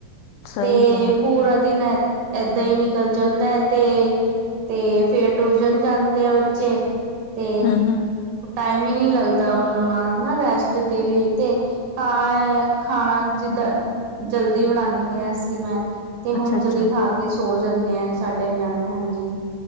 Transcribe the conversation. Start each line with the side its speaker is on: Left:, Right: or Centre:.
Left: ਸਹੀ
Right: ਤੇ
Left: ਹੈ
Right: ਪੂਰਾ ਦਿਨ ਏਦਾਂ ਹੀ ਨਿਕਲ ਜਾਂਦਾ ਹੈ ਤੇ ਤੇ ਫੇਰ ਟਿਊਸ਼ਨ ਜਾਂਦੇ ਆ ਬੱਚੇ ਤੇ
Left: ਹੂੰ ਹੂੰ
Right: ਟਾਈਮ ਹੀ ਨਹੀਂ ਲੱਗਦਾ, ਉਹ ਉਹ ਨਾਲ ਨਾ ਰੈਸਟ ਦੇ ਲਈਏ ਤੇ ਤਾਂ, ਖਾਣਾ ਜਿੱਦਾਂ ਜਲਦੀ ਬਣਾਉਂਦੀ ਹਾਂ ਅਸੀਂ ਮੈਂ ਤੇ
Left: ਅੱਛਾ
Right: ਹੁਣ
Left: ਅੱਛਾ
Right: ਜਲਦੀ ਖਾ ਕੇ ਕੇ ਸੋ ਜਾਂਦੇ ਆ ਸਾਡੇ ਨਿਆਣੇ ਹਾਂਜੀ।